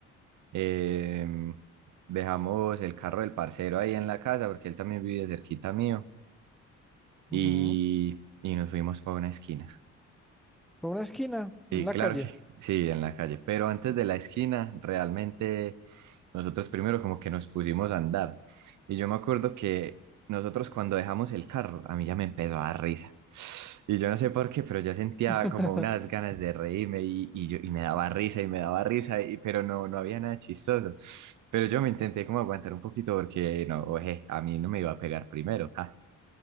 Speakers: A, on the right (about 75°); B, in the centre.
A: em, dejamos el carro del parcero ahí en la casa porque él también vive cerquita mío y,
B: Ujú.
A: y nos fuimos para una esquina.
B: Por una esquina, en
A: Sí,
B: la
A: claro
B: calle.
A: que sí, en la calle, pero antes
B: Y-
A: de la esquina, realmente nosotros primero como que nos pusimos a andar. Y yo me acuerdo que nosotros cuando dejamos el carro, a mí ya me empezó a dar risa. Y yo no sé por qué, pero yo sentía
B: <laughs>
A: como unas ganas de reírme y, y yo, y me daba risa y me daba risa, y- pero no, no había nada chistoso. Pero yo me intenté como aguantar un poquito porque no, oje, a mí no me iba a pegar primero. ja.